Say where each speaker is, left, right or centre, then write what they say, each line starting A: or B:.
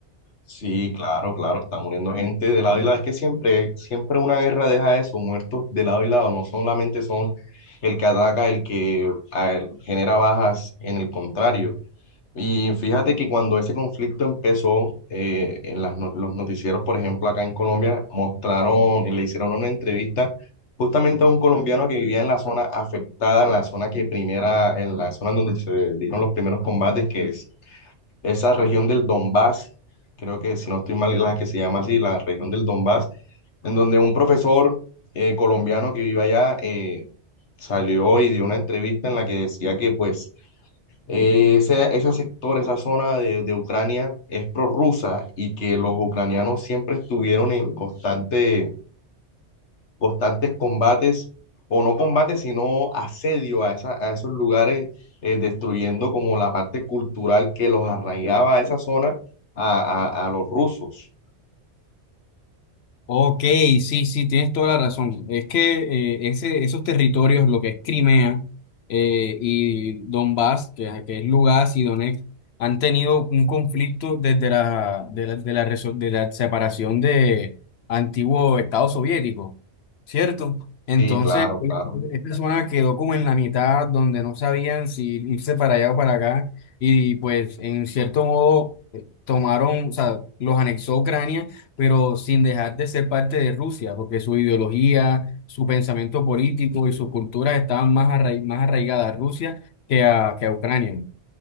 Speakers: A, on the left (about 85°); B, on the left (about 70°).
A: Sí, claro, claro, está muriendo gente de lado y lado. Es que siempre, siempre una guerra deja eso, muertos de lado y lado, no solamente son el que ataca, el que a ver, genera bajas en el contrario. Y fíjate que cuando ese conflicto empezó, eh, en las no- los noticieros, por ejemplo, acá en Colombia, mostraron y le hicieron una entrevista justamente a un colombiano que vivía en la zona afectada, en la zona que primera, en la zona en donde se dieron los primeros combates, que es esa región del Donbass, creo que si no estoy mal, la que se llama así, la región del Donbass, en donde un profesor eh, colombiano que vive allá eh, salió y dio una entrevista en la que decía que pues eh, ese, ese sector, esa zona de, de Ucrania es prorrusa y que los ucranianos siempre estuvieron en constante, constantes combates, o no combates, sino asedio a, esa- a esos lugares, eh, destruyendo como la parte cultural que los arraigaba a esa zona a, a- a los rusos.
B: Ok, sí, sí, tienes toda la razón. Es que eh, ese, esos territorios, lo que es Crimea eh, y Donbass, que, que es Lugansk y Donetsk, han tenido un conflicto desde la, de la, de la, reso- de la separación de antiguo Estado soviético, ¿cierto? Entonces,
A: Sí, claro, claro,
B: esta zona quedó como en la mitad, donde no sabían si irse para allá o para acá, y pues en cierto modo eh, tomaron, o sea, los anexó Ucrania pero sin dejar de ser parte de Rusia, porque su ideología, su pensamiento político y sus culturas estaban más arraigadas, más arraigadas a Rusia que a, que a Ucrania.